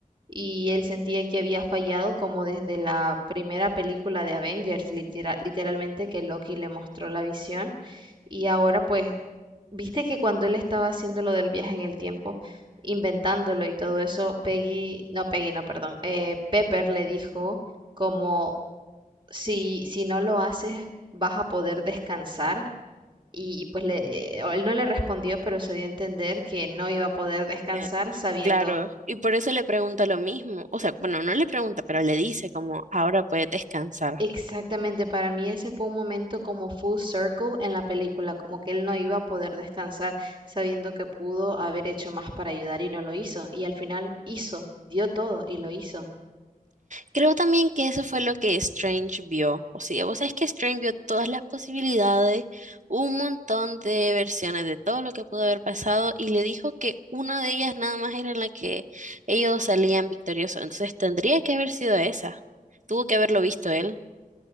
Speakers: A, on the right; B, on the right.
A: y él sentía que había fallado como desde la primera película de Avengers, litera- literalmente que Loki le mostró la visión y ahora pues, viste que cuando él estaba haciendo lo del viaje en el tiempo, inventándolo y todo eso, Peggy, no Peggy, no, perdón, eh, Pepper le dijo como si, si no lo haces vas a poder descansar. Y, y pues le, eh, él no le respondió, pero se dio a entender que no iba a poder descansar
B: Eh,
A: sabiendo
B: Claro, y por eso le pregunta lo mismo, o sea, bueno, no le pregunta, pero le dice como, ahora puedes descansar.
A: Exactamente, para mí ese fue un momento como full circle en la película, como que él no iba a poder descansar sabiendo que pudo haber hecho más para ayudar y no lo hizo. Y al final hizo, dio todo y lo hizo.
B: Creo también que eso fue lo que Strange vio, o sea, vos sabés que Strange vio todas las posibilidades, un montón de versiones de todo lo que pudo haber pasado y le dijo que una de ellas nada más era en la que ellos salían victoriosos, entonces tendría que haber sido esa, tuvo que haberlo visto él.